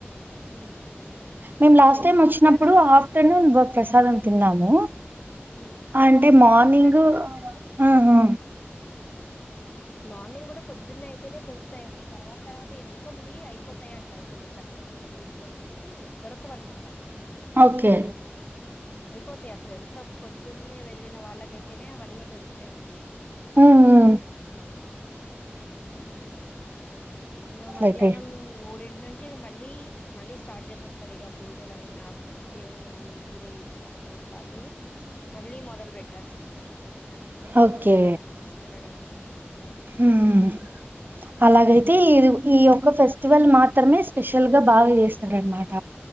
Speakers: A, on the left; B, on the right.
A: హ్మ్
B: మేము
A: అదే
B: లాస్ట్ టైం వచ్చినప్పుడు
A: మధ్యాహ్నం
B: ఆఫ్టర్నూన్ ఒక ప్రసాదం తిన్నాము
A: హ్మ్
B: అంటే
A: అదే
B: మార్నింగ్
A: చెప్తున్నాను కదా
B: ఆహా
A: మార్నింగ్ కూడా పొద్దున్న అయితేనే దొరుకుతాయండి తర్వాత తర్వాత ఎందుకో మరి అయిపోతాయి అంటారు కొన్ని చక్కర పొంగలి ఇటువంటివి దొరకవన్నమాట
B: ఓకే
A: అయిపో పోతాయి అసలు ఎంత పొద్దున్నే వెళ్ళిన వాళ్ళకైతే తేనే అవన్నీ దొరుకుతాయి అసలు
B: ఉహు
A: హు ఇగ
B: అట్లయితే
A: మధ్యాహ్నం మూడి ఇక నుంచి మళ్ళీ మళ్ళీ స్టార్ట్ చేసేస్తారు ఇక పూజలని ఆ దేవుడికి మళ్ళీ ఊ ఊరేయించడం అని అట్లా అన్ని మళ్ళీ మొదలు పెట్టేస్త స్తరు స్నానానికి
B: ఓకే
A: అనీ అటు తీసుకెళ్లడము
B: ఉమ్ అలాగైతే ఇది ఈ ఒక్క ఫెస్టివల్ మాత్రమే స్పెషల్ గా బాగా చేస్తారనమాట